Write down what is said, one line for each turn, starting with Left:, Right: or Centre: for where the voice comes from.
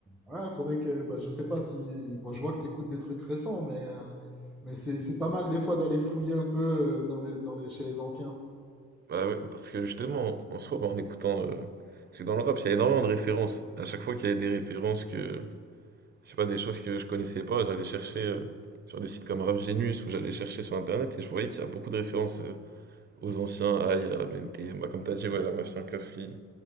Centre: ouais, faudrait que. Bah, je sais pas si. Bon, je vois que t'écoutes des trucs récents, mais, euh, mais c'est c'est pas mal des fois d'aller fouiller un peu euh, dans les, dans les, chez les anciens.
Right: Bah ouais, parce que justement, en soi, bah, en écoutant. euh, Parce que dans le rap, il y a énormément de références. À chaque fois qu'il y avait des références que. Je sais pas, des choses que je connaissais pas, j'allais chercher euh, sur des sites comme Rap Genius ou j'allais chercher sur Internet et je voyais qu'il y a beaucoup de références euh, aux anciens, à I A, M T MNTM, bah, comme t'as dit, ouais, la Mafia Cafri,